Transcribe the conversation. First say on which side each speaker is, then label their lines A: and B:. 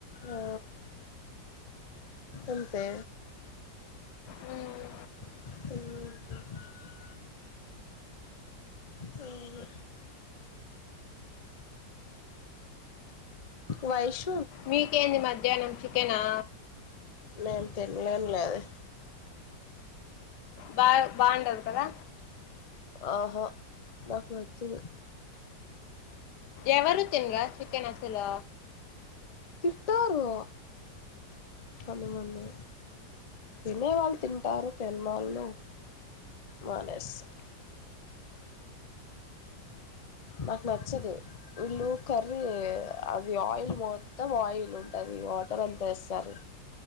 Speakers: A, on the left; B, on the left.
A: ఆ అంతే
B: హ్మ్.
A: హుమ్ హుమ్ వైష్
B: మీకేంది మధ్యాహ్నం చికెన్ ఆ
A: నేను తినలేను లే అది
B: బా బాగుండదు కదా
A: అహ నాకు నచ్చదు
B: ఎవరు తిన్నారా చి చికెన్ అసలు
A: తింటారు కొంతమంది తినే వాళ్ళు తింటారు తిననోళ్ళు మానేస్తా నాకు నచ్చదు వీళ్ళు కర్రీ అది ఆయిల్ మొత్తం ఆయిల్ ఉంటది వాటర్ అంత వేస్తారు